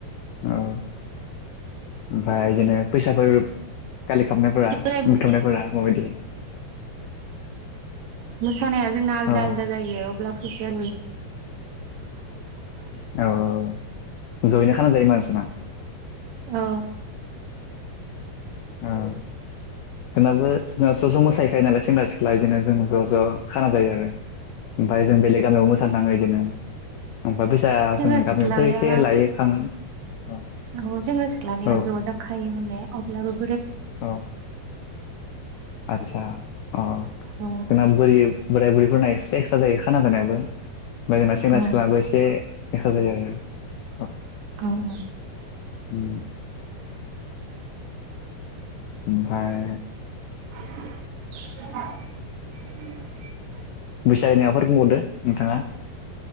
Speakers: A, on the left; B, on the right.
A: औ ओमफाय इदिनो फैसाफोर कालेक्ट खामनायफोरा
B: बोराय
A: बुथुमनायफोरा माबायदि?
B: मो सानाया जोंना आलदा
A: औ
B: आलदा जायो अब्ला फैसाया <unintelligible> <inaudible>
A: औ औ जयैनो खाना जायो मा नोंसोरना?
B: औ
A: औ जोंनाबो जोंना ज ज मोसायखायो नालाय सेंग्रा सिख्ला इदिनो जों ज ज खाना जायो आरो। ओमफाय जों बेलेग गामियाव मोसानो थाङो इदिनो। ओमफ्राय फैसा
B: सेंग्रा
A: जोङो
B: सिख्लाया
A: गामियावबो एसे लायो खाङो औ
B: औ जोङो सिख्लानिया
A: औ
B: ज' जाखायो माने अब्ला बो
A: औ आतसा अ
B: औ
A: जोंना बुरै बोराय बुरैफोरना एकस्ट्रा जायो खाना जानायाबो ओमफ्राय जोंना सेंग्रा
B: औ
A: सिख्लाबो एसे एकस्ट्रा जायो आरोना।
B: औ औ
A: औ ओमफ्राय
B: <inaudible>
A: बैसागोनि माबाफोर बुंबावदो नोंथाङा